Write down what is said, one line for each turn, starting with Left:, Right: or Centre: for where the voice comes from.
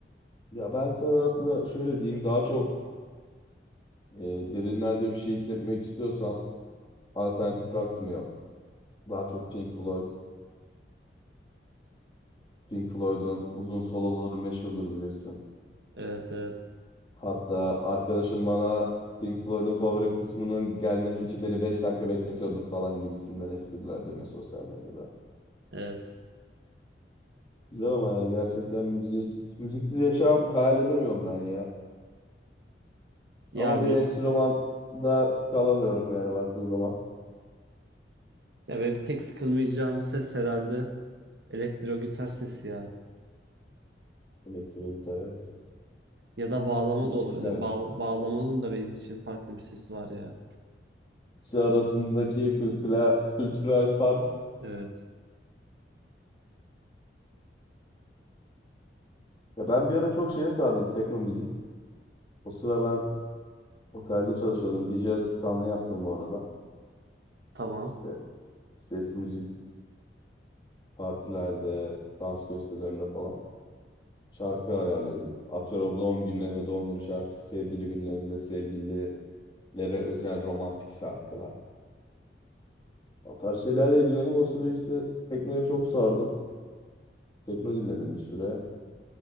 Left: Ya ben sana aslında şöyle diyeyim. Daha çok e, derinlerde bir şey hissetmek istiyorsam Alternatif rock dinliyorum. Daha çok Pink Floyd. Pink Floyd'un uzun soloları meşhurdur bilirsin.
Right: Evet evet.
Left: Hatta arkadaşım bana Pink Floyd'un favori kısmının gelmesi için beni 5 dakika bekletiyordur falan gibisinden espriler dönüyor sosyal medyada.
Right: Evet.
Left: Güzel ama yani gerçekten müzik, müziksiz yaşam hayal edemiyorum ben ya.
Right: Ya
Left: Ama
Right: müzik.
Left: bir enstrüman da kalamıyorum yani baktığın zaman.
Right: Ya benim tek sıkılmayacağım ses herhalde elektro gitar sesi ya.
Left: Elektro gitar evet.
Right: Ya da bağlama
Left: İlginç
Right: da olabilir.
Left: bir tercih.
Right: Bağ- bağlamanın da benim için farklı bir sesi var ya.
Left: İkisi arasındaki kültürel, kültürel fark.
Right: Evet.
Left: Ya ben bir ara çok şeye sardım tekno müzik. O sıra ben otelde çalışıyordum. DJ asistanlığı yaptım bu arada.
Right: Tamam.
Left: İşte ses müzik partilerde, dans gösterilerinde falan şarkı ayarlıyorduk. Atıyorum doğum günlerinde doğum günü şarkısı, sevgili günlerinde sevgililere özel romantik şarkılar. O tarz şeylerle ilgileniyordum. O sıra işte teknoya çok sardım. Tekno dinledim bir süre.